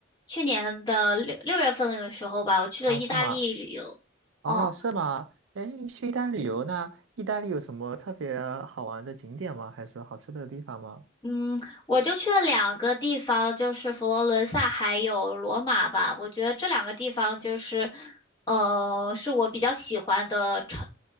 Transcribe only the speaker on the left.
去年的六六月份的时候吧，我去了意大利旅游。
嗯
嗯，我就去了两个地方，就是佛罗伦萨还有罗马吧。我觉得这两个地方就是，呃，是我比较喜欢的城，